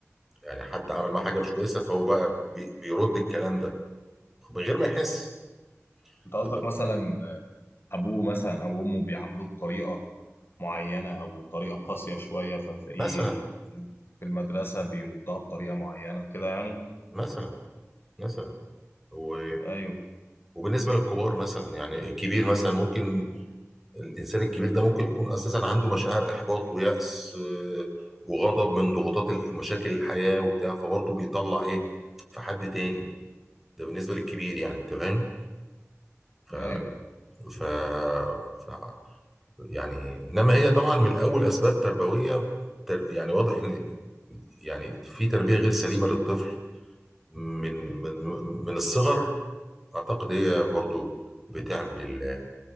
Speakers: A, in the centre; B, on the left.
A: يعني حد عمل معاه حاجه مش كويسه فهو بقى بي- بيرد الكلام ده من غير ما يحس
B: انت
A: خد
B: قصدك
A: بالك.
B: مثلا ابوه مثلا او امه بيعاملوه بطريقه معينة أو طريقة قاسية شوية فتلاقيه
A: مثلا
B: في المدرسة بيردها بطريقة معينة كده يعني
A: مثلا مثلا و...
B: أيوه
A: وبالنسبه للكبار مثلا يعني الكبير مثلا ممكن الانسان الكبير ده ممكن يكون اساسا عنده مشاعر احباط ويأس آه، وغضب من ضغوطات المشاكل الحياة وبتاع فبرضه بيطلع ايه في حد تاني ده بالنسبة للكبير يعني انت فاهم ف...
B: أيوه
A: ف... ف يعني انما هي طبعا من الاول اسباب تربوية تر... يعني واضح ان يعني في تربية غير سليمة للطفل من من من الصغر اعتقد هي برضو بتعمل ال-